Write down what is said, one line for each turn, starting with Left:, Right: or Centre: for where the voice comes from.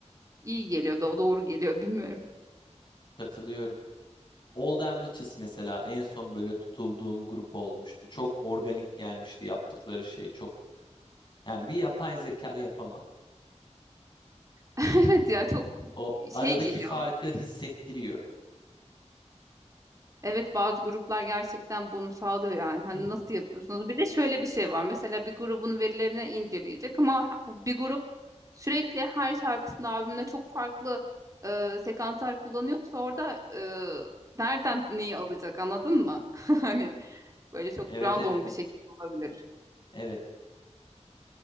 Right: iyi geliyor, do- doğru geliyor bilmiyorum.
Left: Katılıyorum. Olden Witches mesela en son böyle tutulduğum grup olmuştu. Çok organik gelmişti yaptıkları şey. Çok yani bir yapay zeka yapamaz.
Right: <laughs> Evet ya çok
Left: O aradaki
Right: şey geliyor.
Left: farkı hissettiriyor.
Right: Evet bazı gruplar gerçekten bunu sağlıyor yani. Hani
Left: Hı hı.
Right: nasıl yapıyorsunuz? Bir de şöyle bir şey var. Mesela bir grubun verilerini inceleyecek ama bir grup sürekli her şarkısında albümde çok farklı e, sekanslar kullanıyorsa orada e, nereden neyi alacak anladın mı? <laughs> Hani böyle çok
Left: Evet
Right: random
Left: evet
Right: bir şekilde olabilir.
Left: evet.